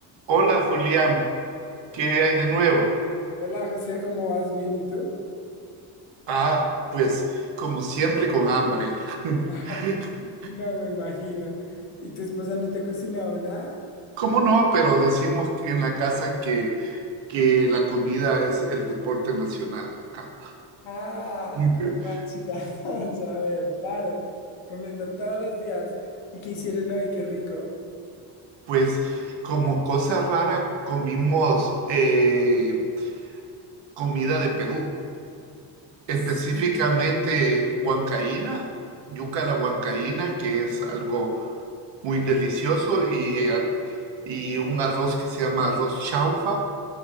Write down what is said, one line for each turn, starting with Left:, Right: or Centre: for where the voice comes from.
Right: Hola Julián, ¿qué hay de nuevo?
Left: Hola José, ¿cómo vas? ¿Bien y tú?
Right: Ah, pues como siempre con hambre. <laughs>
Left: <laughs> No me imagino. ¿Y tu esposa no te ha cocinado nada?
Right: ¿Cómo no? Pero decimos que en la casa que, que la comida es el deporte nacional acá.
Left: Ah,
Right: <laughs>
Left: chica, <laughs> ya veo, claro. Comiendo todos los días. ¿Y qué hicieron hoy? Qué rico.
Right: Pues como cosa rara comimos eh, comida de Perú. específicamente
Left: Sí.
Right: huancaína, yuca a la huancaína, que es algo muy delicioso, y, eh, y un arroz que se llama arroz chaufa.